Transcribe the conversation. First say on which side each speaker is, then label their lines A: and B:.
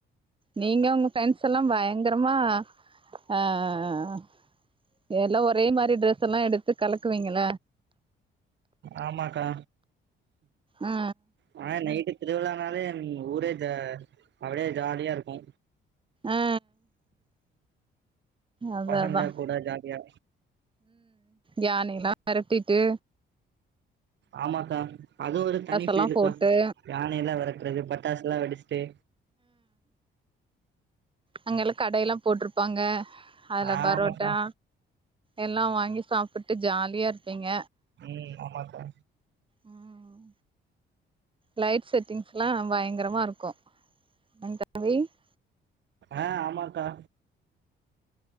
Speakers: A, on the right (about 25°); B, on the right (about 65°).
A: நீங்க உங்க ஃப்ரெண்ட்ஸ் எல்லா பயங்கரமா அ அ அ அ எல்லா ஒரே மாரி ட்ரெஸ் எல்லா எடுத்து கலக்குவீங்கள
B: ஆமாக்கா
A: ஆ
B: வானே நைட்டு திருவிழானாலே ஊரே க அப்புடே ஜாலியா இருக்கு
A: ஆ அத
B: பசங்க
A: அதா
B: கூட ஜாலியா
A: யானிலா அரட்டிட்டு
B: ஆமாக்கா அது ஒரு தனி
A: எல்லா
B: ஃபீலுக்கா
A: போட்டு
B: யானை எல்லா வெரட்றது பட்டாசுலா வெடிஷ்ட்டே
A: அங் எல்லா கடைல்லா போட்ருப்பாங்க அதுல
B: ஆமத்தா
A: பரோட்டா எல்லா வாங்கி சாப்புட்டு ஜாலியா இர்ப்பீங்க
B: ம் ஆமாக்கா
A: ம் லைட் செட்டிங்ஸ்ல்லா பயங்ரமாருக்கு <inaudible>
B: அ ஆமாக்கா